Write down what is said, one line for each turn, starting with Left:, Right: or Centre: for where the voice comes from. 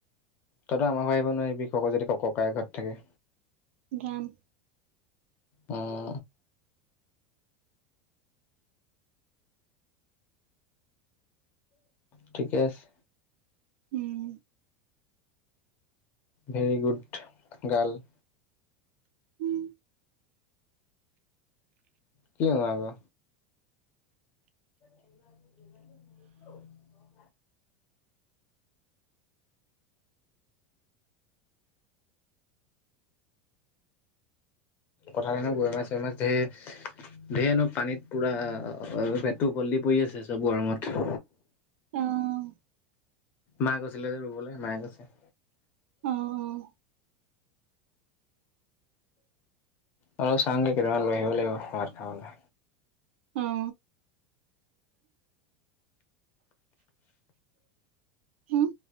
Left: তইতো আমাৰ ঘৰ আহিব নোৱাৰিবি কক যদি ককায়ে ঘৰত থাকে
Right: গাম
Left: উম ঠিকে আছে
Right: উম
Left: ভেৰি গুড গাৰ্ল
Right: উম
Left: কি উ আকৌ <unintelligible> <inaudible> পথাৰত এনে গৈৰৈ মাছ চৰৈ মাছ ধেৰ ঢেৰনো পানীত পুৰা পেটটো উপৰলে দি পৰি আছে চব গৰমত
Right: অ
Left: মা গৈছিলে যে ৰুবলৈ মায়ে কৈছে
Right: অ', অ',
Left: অলপ চাওঁগে কেইটামান লৈ আহিব লাগিব ভাত খাবলৈ
Right: অ হম